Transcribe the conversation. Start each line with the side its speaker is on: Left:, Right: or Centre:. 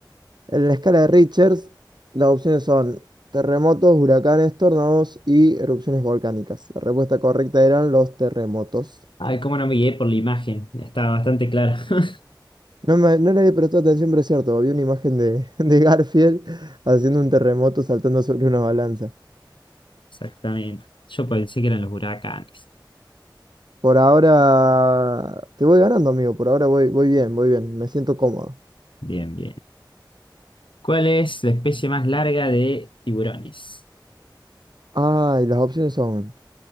Right: En la escala de Richards, las opciones son terremotos, huracanes, tornados y erupciones volcánicas. La respuesta correcta eran los terremotos.
Left: Ay, cómo no me guié por la imagen. Estaba bastante clara. <laughs>
Right: No, me, no le había prestado atención, pero es cierto. Vi una imagen de, <laughs> de Garfield haciendo un terremoto saltando sobre una balanza.
Left: Exactamente. Yo pensé que eran los huracanes.
Right: Por ahora te voy ganando, amigo. Por ahora voy, voy bien, voy bien. Me siento cómodo.
Left: Bien, bien. ¿Cuál es la especie más larga de tiburones?
Right: Ah, y las opciones son